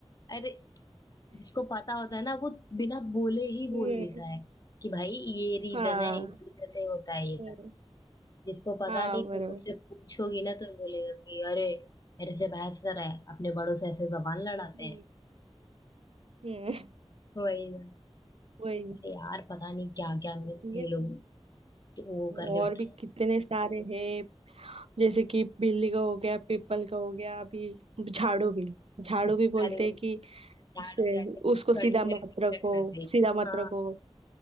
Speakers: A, on the left (about 40°); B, on the right (about 65°).
A: अरे जिसको पता होता है ना वो बिना बोले ही बोल
B: हम्म
A: देता है कि भाई ये रीजन
B: हाँ
A: है इस वजह से होता है ये
B: हम्म
A: सब जिसको पता
B: हाँ
A: नहीं
B: बराबर
A: तो मुझसे पूछोगी ना तो बोलेगा कि अरे मेरे से बहस कर रहा है अपने बड़ों से ऐसे जबान लड़ाते
B: हम्म
A: हैं
B: हम्म
A: वही ना
B: वही
A: अरे यार पता नहीं क्या क्या
B: ये
A: ये लोग तो वो करके
B: और
A: रखे
B: भी कितने सारे हैं जैसे कि बिल्ली का हो गया पीपल का हो गया अभी झाड़ू भी झाड़ू
A: हैं। <laughs>
B: भी बोलते
A: अरे
B: हैं कि
A: झाड़ू
B: से
A: ऐसे खड़े
B: उसको सीधा
A: करके
B: मत
A: नहीं
B: रखो
A: रखना चाहिए
B: सीधा मत
A: हाँ
B: रखो